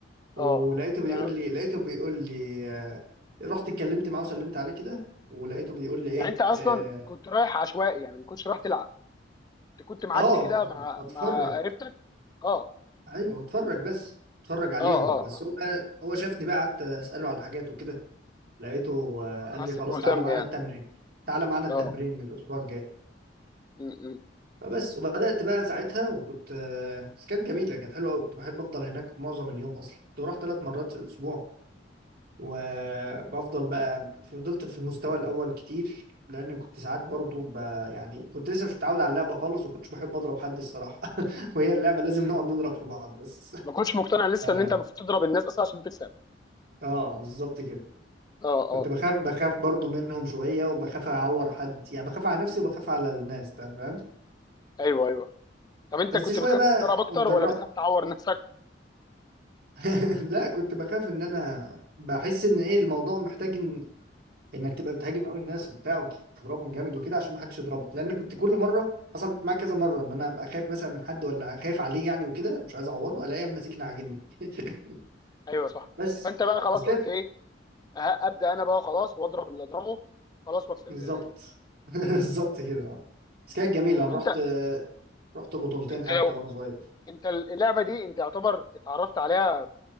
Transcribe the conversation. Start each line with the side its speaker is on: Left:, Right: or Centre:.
Right: ولقيته
Left: اه
Right: بيقول
Left: كان
Right: لي لقيته بيقول لي آه، رحت اتكلمت معاه وسلمت عليه كده ولقيته بيقول لي ايه
Left: يعني انت اصلا
Right: اه
Left: كنت رايح عشوائي يعني ما كنتش رايح تلعب انت كنت معدي
Right: آه،
Left: كده مع
Right: كنت بتفرج
Left: مع قريبتك اه
Right: ايوه بتفرج بس بتفرج عليهم
Left: اه اه
Right: بس
Left: آه.
Right: هو بقى هو شافني بقى قعدت اساله على الحاجات وكده لقيته آه،
Left: حاسك
Right: قال لي خلاص
Left: مهتم
Right: تعالى معانا
Left: يعني
Right: التمرين تعالى معانا التمرين
Left: اه
Right: الاسبوع الجاي
Left: م- م.
Right: فبس وبدات بقى ساعتها وكنت آه، بس كانت جميله كانت حلوه قوي كنت بحب افضل هناك معظم اليوم اصلا كنت بروح ثلاث مرات في الاسبوع وبفضل بقى فضلت في المستوى الاول كتير لان كنت ساعات برضو ب... يعني كنت لسه مش متعود على اللعبه خالص وكنتش بحب اضرب حد الصراحه <laughs> وهي اللعبه لازم نقعد نضرب في بعض بس
Left: ما كنتش مقتنع لسه
Right: اه,
Left: ان انت المفروض تضرب الناس اصلا عشان تكسب
Right: آه بالظبط كده
Left: اه
Right: كنت
Left: اه
Right: بخاف بخاف برضو منهم شويه وبخاف اعور حد يعني بخاف على نفسي وبخاف على الناس فاهم
Left: ايوه ايوه طب انت
Right: بس
Left: كنت
Right: شويه
Left: بتخاف
Right: بقى
Left: تتضرب اكتر
Right: واتجرأت
Left: ولا بتخاف تعور نفسك
Right: <laughs> لا كنت بخاف ان انا بحس ان ايه الموضوع محتاج انك تبقى بتهاجم قوي الناس وبتاع وتضربهم جامد وكده عشان ما حدش يضربك لان
Left: م.
Right: كنت كل مره حصل معايا كذا مره ان انا ابقى خايف مثلا من حد ولا خايف عليه يعني وكده مش عايز اعوره الاقيه ماسكني عاجنني <laughs>
Left: ايوه صح
Right: بس
Left: فانت بقى خلاص
Right: بس كانت
Left: قلت ايه أه، ابدا انا بقى خلاص واضرب اللي اضربه خلاص واكسب
Right: بالظبط
Left: يعني
Right: <laughs> بالظبط كده بس كانت جميله
Left: طب
Right: انا
Left: انت
Right: رحت رحت بطولتين
Left: انت
Right: حتى
Left: لو
Right: وانا صغير
Left: انت اللعبه دي انت يعتبر اتعرفت عليها